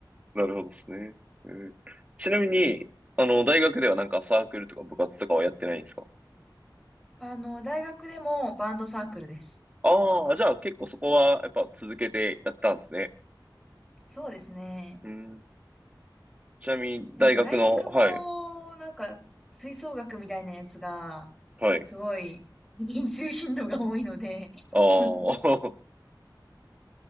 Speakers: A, on the right (about 20°); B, in the centre.
A: <laughs> なるほどですね。うん。ちなみに、あの、大学ではなんかサークルとか部活とかはやってないんですか
B: <laughs> あの、大学でもバンドサークルです。
A: ああ、じゃあ結構そこはやっぱ続けてやったんですね。
B: そうですね。
A: うん。ちなみに大学の、
B: で、なんか大学も、
A: はい。
B: なんか、吹奏楽みたいなやつが、
A: はい。
B: すごい、練習頻度が多いので
A: あ
B: <laughs>
A: あ、<laughs>